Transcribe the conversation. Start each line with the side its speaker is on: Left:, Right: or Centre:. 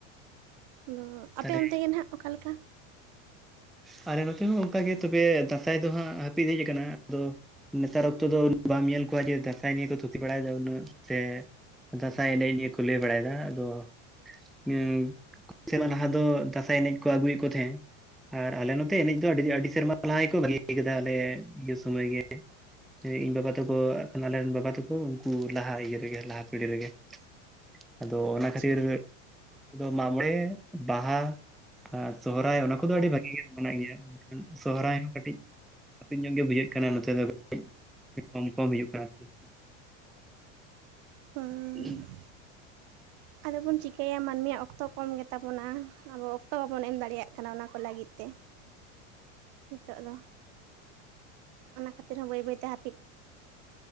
Right: ᱟᱫᱚ ᱟᱯᱮ
Centre: ᱛᱟᱦᱚᱞᱮ
Right: ᱚᱱᱛᱮ ᱜᱮ ᱱᱟᱦᱜ ᱚᱠᱟ ᱞᱮᱠᱟ?
Centre: ᱟᱞᱮ ᱱᱚᱛᱮ ᱦᱚᱸ ᱚᱱᱠᱟ ᱜᱮ, ᱛᱚᱵᱮ ᱫᱟᱸᱥᱟᱭ ᱫᱚ ᱦᱟᱸᱜ ᱦᱟᱹᱯᱤᱫ ᱟᱠᱟᱱᱟ ᱾ ᱟᱫᱚ ᱱᱮᱛᱟᱨ ᱚᱠᱛᱚ ᱫᱚ ᱵᱟᱢ ᱧᱮᱞ ᱠᱚᱣᱟ ᱡᱮ ᱫᱟᱸᱥᱟᱭ ᱱᱤᱭᱮ ᱠᱚ ᱛᱷᱩᱛᱤ ᱵᱟᱲᱟᱭᱮᱫᱟ ᱩᱱᱟᱹᱜ ᱥᱮ ᱫᱟᱥᱟᱭ ᱮᱱᱮᱡ ᱱᱤᱭᱟᱹ ᱠᱚ ᱞᱟᱹᱭ ᱵᱟᱲᱟᱭᱮᱫᱟ ᱾ ᱟᱫᱚ ᱦᱩᱸ <unintelligible> ᱥᱮᱨᱢᱟ ᱞᱟᱦᱟ ᱫᱚ ᱫᱟᱸᱥᱟᱭ ᱮᱱᱮᱡ ᱠᱚ ᱟᱹᱜᱩᱭᱮᱫ ᱠᱚ ᱛᱟᱦᱮᱸᱫᱟ ᱾ ᱟᱨ ᱟᱞᱮ ᱱᱚᱛᱮ ᱮᱱᱮᱡ ᱫᱚ ᱟᱹᱰᱤ ᱟᱹᱰᱤ ᱥᱮᱨᱢᱟ ᱞᱟᱦᱟ ᱜᱮᱠᱚ ᱵᱟᱹᱜᱤ ᱟᱠᱟᱫᱟ ᱟᱞᱮ ᱤᱭᱟᱹ ᱥᱚᱢᱚᱭ ᱜᱮ ᱾ ᱮᱸ ᱤᱧ ᱵᱟᱵᱟ ᱛᱮᱠᱚ ᱟᱜ ᱠᱷᱟᱱ ᱟᱞᱮ ᱨᱮᱱ ᱵᱟᱵᱟ ᱛᱟᱠᱚ ᱩᱱᱠᱩ ᱞᱟᱦᱟ ᱤᱭᱟᱹ ᱨᱮᱜᱮ ᱞᱟᱦᱟ ᱯᱤᱲᱦᱤ ᱨᱮᱜᱮ ᱾ ᱟᱫᱚ ᱚᱱᱟ
Right: ᱟᱪᱪᱷᱟ
Centre: ᱠᱷᱟᱹᱛᱤᱨ ᱱᱤᱛᱚᱜ ᱫᱚ ᱢᱟᱜ ᱢᱚᱬᱮ, ᱵᱟᱦᱟ, ᱥᱚᱦᱨᱟᱭ ᱚᱱᱟ ᱠᱚᱫᱚ ᱟᱹᱰᱤ ᱵᱷᱟᱜᱤ ᱢᱮᱱᱟᱜ ᱜᱮᱭᱟ, ᱢᱮᱱᱠᱷᱟᱱ ᱥᱚᱦᱨᱟᱭ ᱦᱚᱸ ᱠᱟᱹᱴᱤᱡ ᱦᱟᱯᱮᱱ ᱧᱚᱜ ᱜᱮ ᱵᱩᱡᱷᱟᱹᱜ ᱠᱟᱱᱟ ᱱᱚᱛᱮ ᱫᱚ ᱠᱟᱹᱡ ᱠᱚᱢ ᱠᱚᱢ ᱦᱩᱭᱩᱜ ᱠᱟᱱᱟ ᱟᱨ ᱪᱮᱫ ᱾ <inaudible>
Right: ᱦᱩᱸ ᱟᱫᱚ ᱵᱚᱱ ᱪᱤᱠᱟᱹᱭᱟ ᱢᱟᱹᱱᱢᱤᱭᱟᱜ ᱚᱠᱛᱚ ᱠᱚᱢ ᱜᱮ ᱛᱟᱵᱚᱱᱟ, ᱟᱵᱚ ᱚᱠᱛᱚ ᱵᱟᱵᱚᱱ ᱮᱢ ᱫᱟᱲᱮᱭᱟᱜ ᱠᱟᱱᱟ ᱚᱱᱟ ᱠᱚ ᱞᱟᱹᱜᱤᱫ ᱛᱮ᱾ ᱱᱤᱛᱚᱜ ᱫᱚ, ᱚᱱᱟ ᱠᱷᱟᱹᱛᱤᱨ ᱦᱚᱸ ᱵᱟᱹᱭ ᱵᱟᱹᱭ ᱛᱮ ᱦᱟᱹᱯᱤᱫ